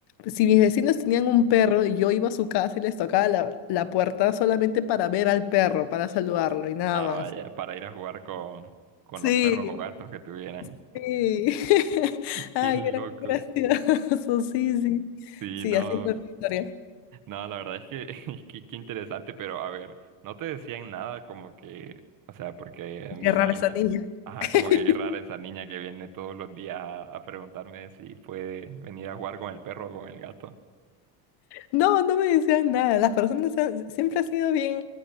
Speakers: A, on the left (about 50°); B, on the right (about 40°).
A: Si mis vecinos tenían un perro y yo iba a su casa y les tocaba la, la puerta solamente para ver al perro, para saludarlo y nada
B: Ah,
A: más.
B: vaya, para ir a jugar con, con
A: Sí,
B: los perros o gatos que tuvieran.
A: sí. <laughs>
B: <laughs> Qué
A: Ay,
B: loco.
A: era gracioso, sí, sí.
B: Sí,
A: Sí,
B: no.
A: así fue mi historia.
B: No, la verdad es que, <laughs> es que qué interesante, pero a ver, no te decían nada como que, o sea, porque me
A: Qué
B: imagino,
A: rara esa niña.
B: ajá,
A: <laughs>
B: como que qué rara esa niña que viene todos los días a, a preguntarme si puede venir a jugar con el perro o con el gato.
A: No, no me decían nada. Las personas han- siempre han sido bien,